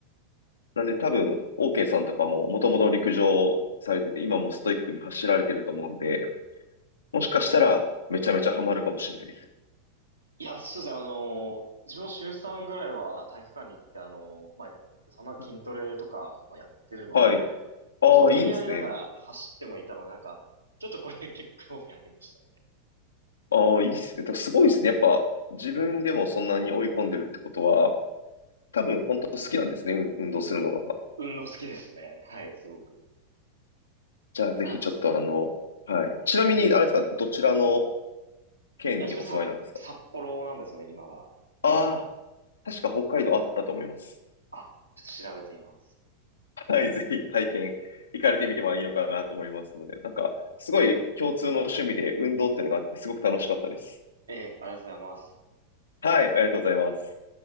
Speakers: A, on the left (about 70°); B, on the right (about 80°).
A: なんで多分、OK さんとかももともと陸上されてて、今もストイックに走られてると思うんで、もしかしたらめちゃめちゃハマるかもしれないです
B: いや、そうですね。あのー自分も週3ぐらいは体育館に行って、あのーまあ、そんな筋トレとかはやってるので、
A: よ。はい。ああ、
B: 筋トレやりながら走ってもいたので、
A: いいですね。
B: なんか、ちょっとこれ結構興味ありました。
A: ああ、いいですね。とすごいですね。やっぱ自分でもそんなに追い込んでるってことは、多分本当好きなんですね。運運動するのが。
B: 運動好きですね。はい、すごく。
A: じゃあぜひちょっとあの、
B: ありがとうございます。
A: はい。
B: え
A: ちなみに、あれですか、どちらの県にお住まいなんですか
B: いや、自分札、札幌なんですよね、今は。は
A: ああ、
B: い
A: 確か北海道あったと思います。
B: あ、ちょっと調べてみます。
A: はい、ぜひ体験、行かれてみてもいいのかなと思いますので、なんか、すごい共通の趣味で運動っていうのがあって、すごく楽しかったです。
B: ええ、ありがとうございます。
A: はい、ありがとうございます。